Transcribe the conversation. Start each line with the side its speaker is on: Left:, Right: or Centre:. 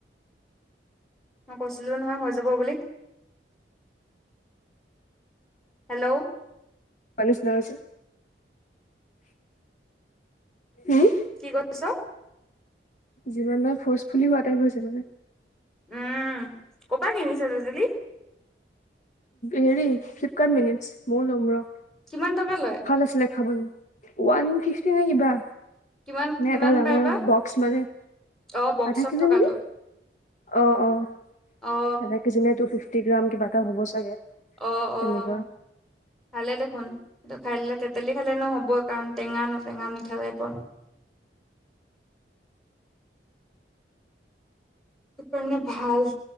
Centre: মই কৈছিলোঁ নহয় হৈ যাব বুলি। হেল্ল'!
Left: <inaudible>
Centre: কি কৈছে?
Left: যিমান বাৰ ফৰ্চফুলি হোৱা টাইপ হৈছে মানে।
Centre: উম, ক'ৰ পা কিনিছ তেতলী?
Left: হেৰি, ফ্লিপকাৰ্ট মিনিটচ। মইও ল'ম ৰহ।
Centre: কিমান টকা লয়
Left: ভাল আছিলে খাবলে, ওৱান ফিফটি নে কিবা।
Centre: কিমান
Left: নে
Centre: কিমান
Left: এটা ডাঙৰ
Centre: পাই বা
Left: বক্স মানে,
Centre: অ বক্সত
Left: আধা কেজি
Centre: থকাটো
Left: নেকি? অ', অ'।
Centre: অ
Left: আধা কেজি নে টু-ফিফটি গ্ৰাম, কিবা এটা হ'ব চাগে!
Centre: অ',
Left: তেনেকুৱা
Centre: অ'। ভালে দেখোন, এইটো খাই ল'লে তেঁতেলী খালে এনেও হ'বই কাৰণ টেঙা ন, টেঙা-মিঠা টাইপৰ। কাৰণে ভাল,